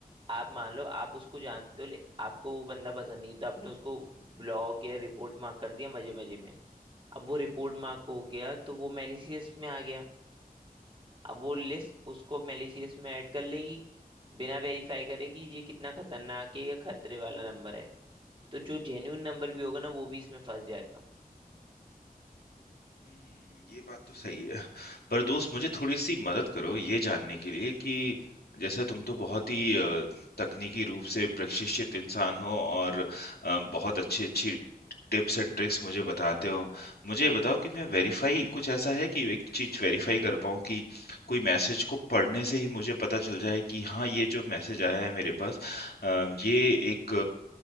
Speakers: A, on the right (about 35°); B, on the left (about 85°).
A: आप मान लो आप उसको जानते हो ले आपको वो बंदा पसंद नहीं है, तो आपने उसको ब्लॉग या रिपोर्ट मार्क कर दिया मजे मजे में अब वो रिपोर्ट मार्क हो गया तो वो मेलिशियस में आ गया अब वो लिस्ट उसको मेलिशियस में ऐड कर लेगी बिना वेरीफाई करेगी ये कितना खतरनाक है या खतरे वाला नंबर है तो जो जेन्यून नंबर भी होगा ना वो भी इसमें फंस जाएगा
B: हुँ, ये बात तो सही है। पर दोस्त मुझे थोड़ी-सी मदद करो ये जानने के लिए कि जैसे तुम तो बहुत ही अ, तकनीकी रूप से प्रशिक्षित इंसान हो और अ, बहुत अच्छी-अच्छी टिप्स एंड ट्रिक्स मुझे बताते हो। मुझे ये बताओ कि मैं वेरीफ़ाई कुछ ऐसा है कि एक चीज़ वेरीफ़ाई कर पाऊँ कि कोई मैसेज को पढ़ने से ही मुझे पता चल जाए कि हाँ, ये जो मैसेज आया है मेरे पास अ, ये एक